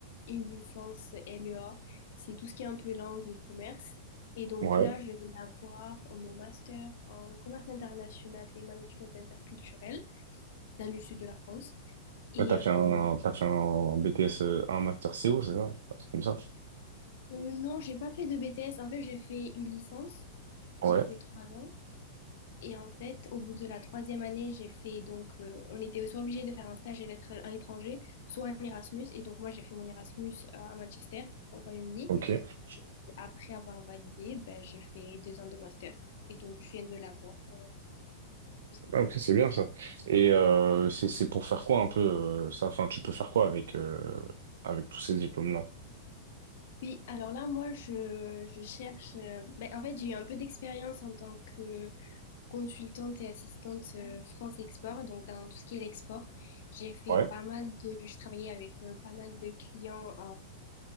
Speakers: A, on the left; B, on the right.
A: une licence LEA. C'est tout ce qui est un peu langue et commerce. Et donc
B: Ouais.
A: là, je vais avoir mon master en commerce international et management interculturel dans le sud de la France. Et
B: Ouais, t'as fait
A: euh,
B: un,
A: euh,
B: t'as fait un BTS, euh, un master CO, c'est ça? Un truc comme ça?
A: non, j'ai pas fait de BTS. En fait, j'ai fait une licence.
B: Ouais.
A: J'ai fait trois ans. Et en fait, au bout de la troisième année, j'ai fait donc, euh, on était soit obligé de faire un stage à l'étr- à l'étranger, soit un Erasmus. Et donc, moi, j'ai fait mon Erasmus euh, à Manchester, au Royaume-Uni.
B: Ok.
A: Après avoir validé, ben, j'ai fait deux ans de master. Et donc, je viens de l'avoir euh, juste récemment.
B: Ah, ok, c'est bien ça. Et euh, c'est c'est pour faire quoi un peu euh, ça? Enfin, tu peux faire quoi avec euh, avec tous ces diplômes-là?
A: Oui, alors là, moi, je, je cherche. euh, ben, en fait, j'ai eu un peu d'expérience en tant que consultante et assistante euh, France Export, donc dans tout ce qui est l'export. J'ai fait
B: Ouais.
A: pas mal de. Je travaillais avec euh, pas mal de clients.